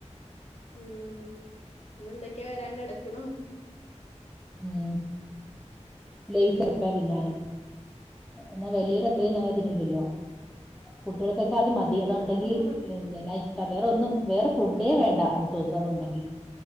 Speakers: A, on the left (about 60°); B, in the centre.
A: ഉം ഇനി എന്തൊക്കെയാ വരാൻ കെടക്കണോ
B: ഉം ല സർക്കാ ദഞാണ് <unintelligible> എന്നാൽ വലിയവർ അത്രയും
A: ഉം
B: അങ്ങനെ തിന്നുല്ലല്ലോ കുട്ടികൾക്ക- അത് മതി അതുണ്ടെങ്കിൽ
A: ആഹ്
B: <unintelligible> ഇഷ്ട വേറെൊന്നും വേറെ ഫുഡേ വേണ്ട അന്ന് ദിവസ അത് ഉണ്ടെങ്കിൽ